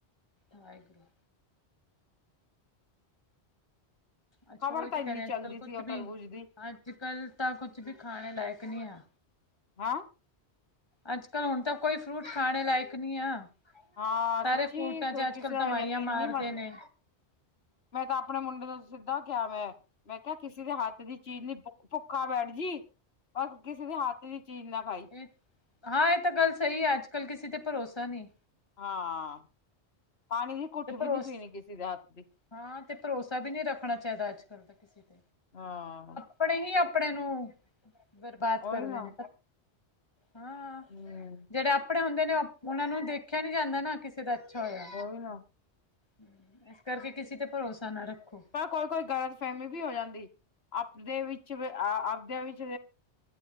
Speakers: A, on the left; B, on the left.
A: ਵਾਹਿਗੁਰੂ। ਅੱਜ
B: ਖ਼ਬਰ
A: ਕੱਲ ਉਹੀ
B: ਤਾਂ ਇੰਨੀ
A: ਕਹਿ ਰਹੇ ਅੱਜ
B: ਚੱਲਦੀ
A: ਕੱਲ ਕੁਛ
B: ਸੀ, ਓ
A: ਵੀ
B: ਟਰਬੁਜ ਦੀ।
A: ਅੱਜ ਕੱਲ ਤਾਂ, ਕੁਛ ਵੀ ਖਾਣੇ ਲਾਇਕ ਨੀ ਆ।
B: ਹਾਂ
A: ਅੱਜ-ਕਲ ਹੁਣ ਤਾਂ, ਕੋਈ ਫਰੂਟ ਖਾਣੇ ਲਾਇਕ ਨਹੀਂ ਆ।
B: ਹਾਂ
A: ਸਾਰੇ
B: ਸੱਚੀ
A: ਫਰੂਟਾਂ
B: ਕੋ
A: ਚ ਅੱਜ
B: ਕਿਸੇ
A: ਕੱਲ
B: ਦਾ
A: ਦਵਾਈਆਂ
B: ਯਕੀਨ
A: ਮਾਰਦੇ
B: ਨਹੀ ਮੰਨਦਾ
A: ਨੇ
B: ਮੈਂ ਤਾਂ ਆਪਣੇ ਮੁੰਡੇ ਨੂੰ ਸਿੱਧਾ ਕਿਹਾ ਮੈਂ ਮੈਂ ਕਿਹਾ ਕਿਸੇ ਦੇ ਹੱਥ ਦੀ ਚੀਜ਼ ਨੀ ਭੁੱਖਾ ਬੈਠ ਜੀ ਪਰ ਕਿਸੇ ਦੇ ਹੱਥ ਦੀ ਚੀਜ਼ ਨਾ ਖਾਈ
A: ਇਹ ਹਾਂ ਇਹ ਤਾਂ ਗੱਲ ਸਹੀ ਆ ਅੱਜ ਕੱਲ੍ਹ ਕਿਸੇ ਤੇ ਭਰੋਸਾ ਨਹੀਂ
B: ਹਾਂ ਪਾਣੀ ਦੀ ਘੁੱਟ
A: ਤੇ ਭਰੋਸ
B: ਵੀ ਨੀ ਪੀਣੀ ਕਿਸੇ ਦੇ ਹੱਥ ਦੀ
A: ਹਾਂ ਤੇ ਭਰੋਸਾ ਵੀ ਨਹੀ ਰੱਖਣਾ ਚਾਹੀਦਾ ਅੱਜ ਕੱਲ ਤਾਂ ਕਿਸੇ ਤੇ
B: ਹਾਂ
A: ਆਪਣੇ ਹੀ ਆਪਣੇ ਨੂੰ ਬਰਬਾਦ
B: ਉਹੀ
A: ਕਰਦੇ
B: ਨਾ
A: ਨੇ ਹਾਂ
B: ਹਮ
A: ਜਿਹੜੇ ਆਪਣੇ ਹੁੰਦੇ ਨੇ ਉਹ ਉਹਨਾ ਨੂੰ ਦੇਖਿਆ ਨੀ ਜਾਂਦਾ ਨਾ ਕਿਸੇ ਦਾ ਅੱਛਾ ਹੋਇਆ
B: ਹੋ ਨਾ
A: ਹਮ ਇਸ ਕਰਕੇ ਕਿਸੇ ਤੇ ਭਰੋਸਾ ਨਾ ਰੱਖੋ
B: ਪਰ ਕੋਈ ਕੋਈ ਗ਼ਲਤ ਫਹਿਮੀ ਵੀ ਹੋ ਜਾਂਦੀ ਆਪਦੇ ਵਿੱਚ ਆਪਦੇ ਵਿੱਚ